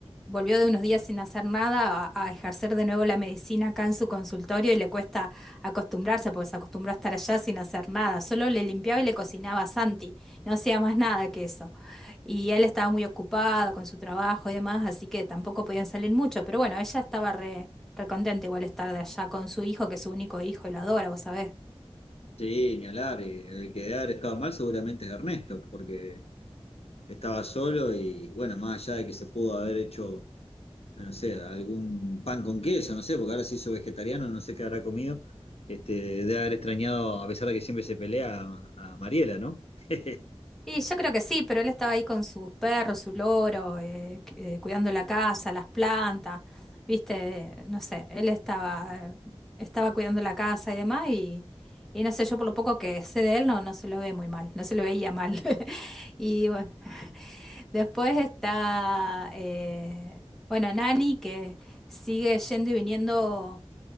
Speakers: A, in the centre; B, on the left.
A: volvió de unos días sin hacer nada a, a ejercer de nuevo la medicina acá en su consultorio y le cuesta acostumbrarse porque se acostumbró a estar allá sin hacer nada, solo le limpiaba y le cocinaba a Santi, no hacía más nada que eso. Y él estaba muy ocupado con su trabajo y demás, así que tampoco podían salir mucho. Pero bueno, ella estaba re, re contenta igual estar de allá con su hijo, que es su único hijo y lo adora, vos sabés.
B: Sí, ni hablar. y El que debe haber estado mal seguramente es Ernesto, porque estaba solo y bueno, más allá de que se pudo haber hecho, no sé, algún pan con queso, no sé, porque ahora se hizo vegetariano, no sé qué habrá comido, este, debe haber extrañado, a pesar de que siempre se pelea, a, a Mariela, ¿no? <laughs>
A: Y yo creo que sí, pero él estaba ahí con sus perros, su loro, eh, cu- eh, cuidando la casa, las plantas, viste, no sé, él estaba, estaba cuidando la casa y demás y, y no sé, yo por lo poco que sé de él no, no se lo ve muy mal, no se lo veía mal. <laughs> Y bueno, Después está, eh, bueno, Nani, que sigue yendo y viniendo